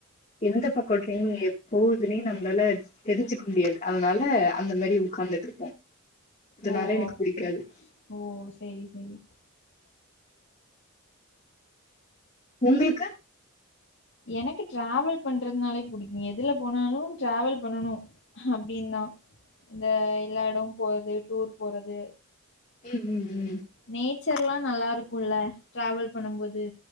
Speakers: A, on the left; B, on the left.
A: எந்த பக்க ட்ரெயின் போகுதுன்னே நம்மளால தெரிஞ்சு க்க முடியாது அதனால அந்த மாரி உக்காந்துட்ருப்போ அதனாலே
B: ஓ
A: எனக்கு
B: அப்டி
A: பிடிக்காது
B: ஓ சரி சரி
A: உங்களுக்கு
B: எனக்கு டிராவல் பண்றதுனாலே புடிக்கு எதுல போனாலு டிராவல் பண்னணு அப்டின்னு தா இந்த எல்லா எடமு போறது டூர் போறது
A: உ உ உ
B: நேச்சர்லா நல்லா இருக்குல டிராவல் பண்ணும்போது